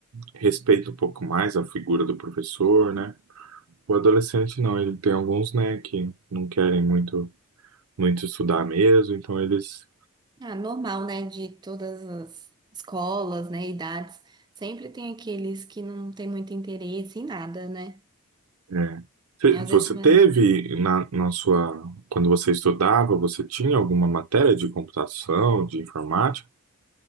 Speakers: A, on the right; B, on the right.
A: respeita um pouco mais a figura do professor, né? O adolescente não, ele tem alguns, né, que não querem muito, muito estudar mesmo, então eles
B: Ah, normal, né? De todas as escolas, né? Idades. Sempre tem aqueles que não têm muito interesse em nada, né?
A: É. Você
B: Às
A: você
B: vezes não
A: teve
B: é-
A: na, na sua, quando você estudava, você tinha alguma matéria de computação, de informática?